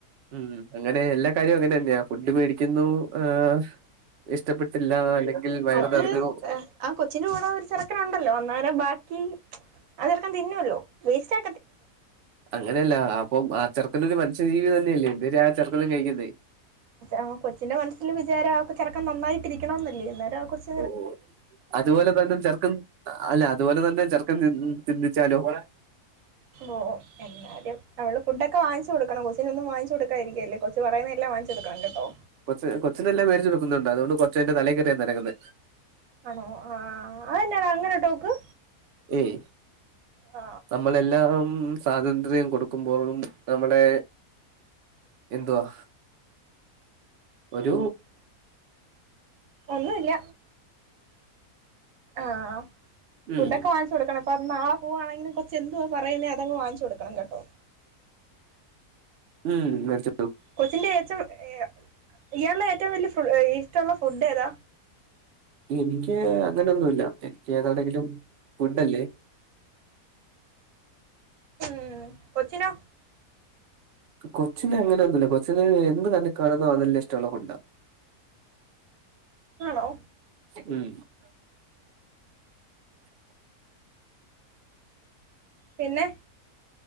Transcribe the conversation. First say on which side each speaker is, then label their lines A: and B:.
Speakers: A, on the right; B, on the right.
A: ഉം അങ്ങനെ എല്ലാ കാര്യവും അങ്ങനെന്ന്യാ ഫുഡ് മേടിക്കുന്നു ഹ് ഇഷ്ടപ്പെട്ടില്ല അല്ലെങ്കിൽ വയറ്
B: അത്
A: നറഞ്ഞു
B: ആ കൊച്ചിന്റെ കൂടെ ഒരു ചെർക്കനുണ്ടല്ലോ അന്നേരം ബാക്കി അത് ചെർക്കൻ തിന്നല്ലോ വേസ്റ്റാ
A: അങ്ങനെല്ല അപ്പൊ ആ ചെർക്കനൊരു മനുഷ്യജീവി തന്നെയല്ലേ ന്നേരം ആ ചെർക്കനും കഴിക്കണ്ടെ
B: അ കൊച്ചിന്റെ മനസ്സില് വിചാരം ആ ചെർക്കൻ നന്നായിട്ടിരിക്കണംന്നല്ലേ അന്നേരാ കൊച്ച്
A: ഓ അതുപോലെ തന്നെ ചെർക്കൻ അല്ല അതുപോലെ തന്നെ ചെർക്കൻ ചിന്തിച്ചാലും
B: ഓ ഓ എ ആ അവള് ഫുഡൊക്ക വാങ്ങിച്ച് കൊടുക്കണം കൊച്ചിനൊന്നും വാങ്ങിച്ച കൊടുക്കാരിക്കല്ലെ കൊച്ച് പറയുന്നതെല്ലാം വാങ്ങിച്ച് കൊടുക്കണം കേട്ടോ
A: കൊച്ച് കൊച്ച്നെല്ലാം മേടിച്ചു കൊടുക്കുന്നുണ്ട് അതോണ്ട് കൊച്ചെന്റെ തലേക്കേറിയാ നെരങ്ങുന്നെ
B: ആണോ ആ അതെന്നാടാ അങ്ങനൊര് ടോക്ക്
A: ഏയ്
B: ആ,
A: നമ്മളെല്ല ല്ലാം സ്വാതന്ത്ര്യം കൊടുക്കുമ്പോഴും നമ്മളെ എന്തുവാ ഒരു
B: ഒന്നുല്ല ആഹ്
A: ഉം
B: ഫുടൊക്കെ വാങ്ങിച്ചുകൊടുക്കണം പ്പത് നാളെ പോവാണെങ്കിലും കൊച്ച്ന്തുവാ പറയുന്നെ അതങ് വാങ്ങിച്ചു കൊടുക്കണം കേട്ടോ
A: ഉം വേടിച്ച്
B: കൊച്ചിന്റെ ഏറ്റും ഏഹ് ഇയാളുടെ ഏറ്റവും വല്യ ഇഷ്ടള്ള ഫുഡേതാ
A: എനിക്ക് അങ്ങനെയൊന്നുല്ല എനിക്കേതാണെങ്കിലും ഫുഡല്ലേ
B: ഉം കൊച്ചിനോ
A: കൊച്ചിന് അങ്ങനൊന്നുല്ല കൊച്ചിന് എന്ത് കണ്ണി കാണ്ന്നോ അതെല്ലം ഇഷ്ടള്ള ഫുഡ
B: ആണോ
A: ഉം
B: പിന്നെ